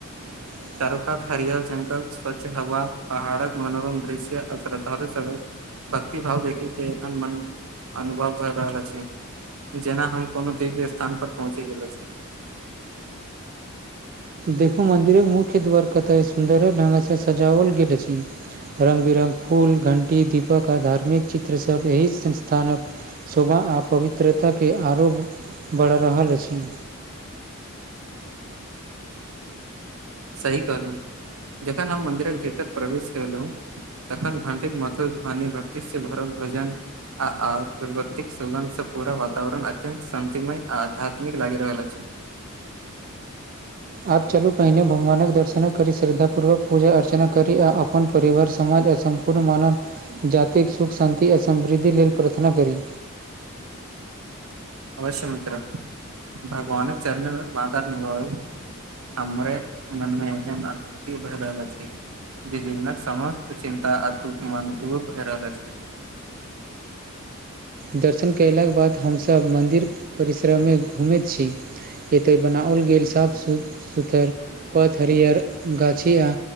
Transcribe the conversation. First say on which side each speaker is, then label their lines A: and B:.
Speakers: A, on the right; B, on the right.
A: <inaudible>
B: चरोपात हरियल जंगल स्वच्छ हवा पहाड़क मनोरम दृश्य श्रद्धालु <unintelligible> भक्ति भाव देखे के एखन मन अनुभव भए रहल अछि। जेना हम कोनो दीव्य स्थान पर पहुँचे गेल छी।
A: देखू मंजिरे मुख्य द्वार कत सुन्दर नगे से सजाओल गेल अछि। रंग बिरंग फूल घंटी दीपक आ धार्मिक चित्र सब एहि संस्थानक शोभा आ पवित्रताके आरो बढ़ि रहल अछि।
B: सही कहलौ जखन हम मन्दिरक भीतर प्रवेश केलहु तखन घंटीक मथुर ध्वनि भक्ति से उभरल भजन आइ प्रवतिक सुगंध से पूरा वातावरण अत्यंत शान्तिमय आध्यात्मिक लागि रहल अछि।
A: आब चलू पहिने भगवानक दर्शन करी श्रद्धापूर्वक पूजा अर्चना करी आ अपन परिवार समाज आ सम्पूर्ण मानव जातिक सुख शान्ति आ समृद्धि लेल प्रार्थना करी
B: अवश्य मित्रा भगवानक चरणेमे बात निभ <unintelligible> हमरे मन मे एहन अनुभूति भए रहल अछी जे जीवनक समस्त चिन्ता आ दुख मन दूर भए रहल छै
A: दर्शन कयलाक बाद हमसभ मन्दिर परिसरमे घुमैत छी एतय बनाओल गेल साफ सुथर पथ हरियर गाछी आ